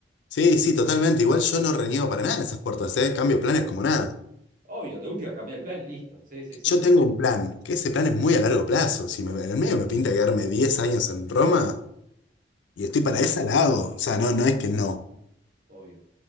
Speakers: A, on the left (about 75°); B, on the right (about 50°).
A: Sí, sí, totalmente. Igual yo no reniego para nada en esas puertas, ¿eh? Cambio planes
B: No, no.
A: como nada.
B: Obvio, de última cambiar el plan y listo. Sí, sí, sí.
A: Yo tengo un plan, que ese plan es muy a largo plazo. Si me- en el medio me pinta quedarme 10 años en Roma y estoy para esa, la hago. O sea, no, no es que no.
B: Obvio.